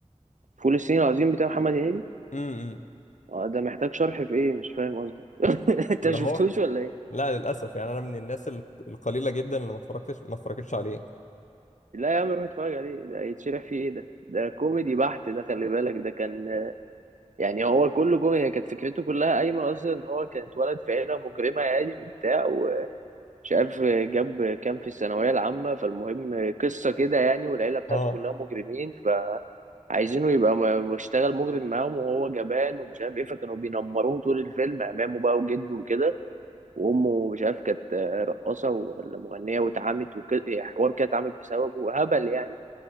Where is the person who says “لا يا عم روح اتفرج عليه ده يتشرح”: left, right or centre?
Right